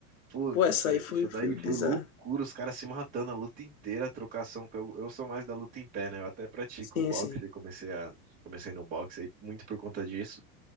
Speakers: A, on the right (about 20°); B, on the left (about 60°).
A: Pô,
B: Pô, essa
A: isso daí,
B: aí foi,
A: isso daí
B: foi bizarra.
A: foi loucura, os caras se matando a luta inteira, a trocação, que eu, eu sou mais da luta em pé, né? Eu até pratico
B: Sim,
A: o boxe,
B: sim.
A: e comecei a, comecei no boxe aí muito por conta disso.